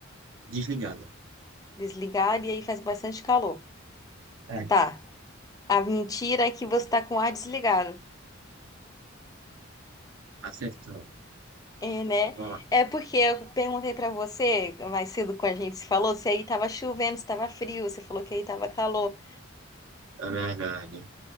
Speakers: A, on the right; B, on the left.
A: Desligada.
B: Desligado e aí faz bastante calor.
A: É,
B: Tá. A mentira é que você tá com o ar desligado.
A: acertou.
B: É, né?
A: Ó,
B: É porque eu perguntei pra você mais cedo quando a gente se falou se aí tava chovendo, se tava frio, você falou que aí tava calor.
A: é verdade.